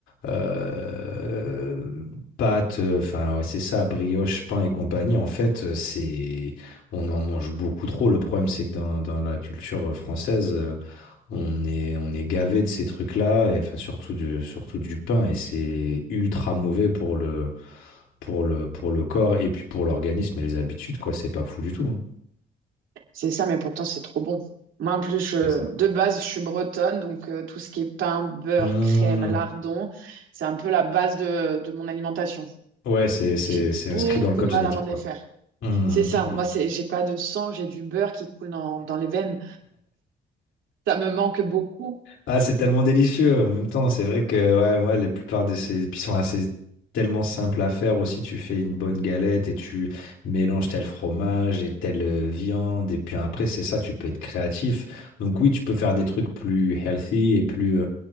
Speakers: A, on the left; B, on the right.
A: euh, pâtes, euh, enfin, ouais, c'est ça, brioche, pain et compagnie. En fait, euh, c'est, on en mange beaucoup trop. Le problème, c'est que dans, dans la culture française, euh, on est, on est gavé de ces trucs-là et enfin, surtout du, surtout du pain et c'est ultra mauvais pour le pour le, pour le corps et puis pour l'organisme et les habitudes, quoi. C'est pas fou du tout.
B: c'est ça, mais pourtant, c'est trop bon. Moi, en plus, je-
A: C'est ça.
B: de base, je suis bretonne, donc euh, tout ce qui est pain, beurre,
A: Hmm.
B: crème, lardon, c'est un peu la base de, de mon alimentation.
A: Ouais, c'est, c'est,
B: Et J'ai
A: c'est
B: beaucoup
A: inscrit dans le code
B: de mal
A: génétique,
B: à m'en défaire.
A: quoi. Hmm,
B: C'est ça,
A: hmm, hmm.
B: moi, c'est, j'ai pas de sang, j'ai du beurre qui coule dans, dans les veines. Ça me manque beaucoup.
A: Ah, c'est tellement délicieux. En même temps, c'est vrai que ouais, moi, les plupart de ces. Puis ils sont assez tellement simples à faire aussi. Tu fais une bonne galette et tu mélanges tel fromage et telle euh, viande. Et puis après, c'est ça, tu peux être créatif. Donc oui, tu peux faire des trucs plus healthy et plus, euh,